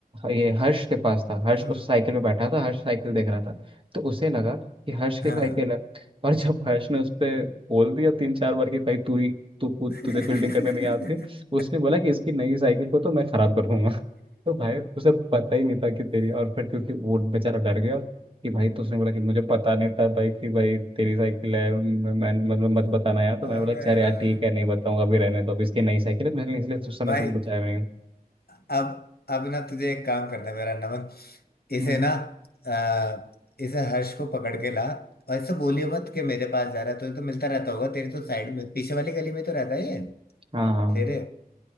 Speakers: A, on the right; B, on the left.
A: ये हर्ष के पास था हर्ष
B: हम्म
A: उस साइकिल पे बैठा था हर्ष साइकिल देख रहा था तो उसे लगा कि हर्ष की
B: हाँ
A: साइकिल है और जब हर्ष ने उस पर बोल दिया तीन चार बार कि भाई तू ही तू खुद
B: <laughs>
A: तुझे फील्डिंग करने नहीं आती है उसने बोला कि इसकी नई साइकिल को तो मैं खराब कर दूंगा <laughs> तो भाई उसे पता ही नहीं था कि तेरी और फिर क्योंकि वो बेचारा डर गया कि भाई तो उसने बोला कि मुझे पता नहीं था भाई कि भाई तेरी साइकिल है मैं मैं- मतलब मत बताना यार तो मैंने
B: अबे
A: बोला चल
B: यार
A: यार ठीक है नहीं बताऊंगा अभी रहने दो अभी इसकी नई साइकिल है मैंने इसलिए उस समय
B: भाई
A: तुमको बचाया नहीं
B: अब अब ना तुझे एक काम करना है मेरा नमन इसे
A: हम्म
B: ना अ, इसे हर्ष को पकड़ के ला और इसे बोलियो मत कि मेरे पास जा रहा है तुझे तो मिलता रहता होगा तेरी तो साइड में पीछे वाली गली में तो रहता ही है
A: हाँ हाँ
B: तेरे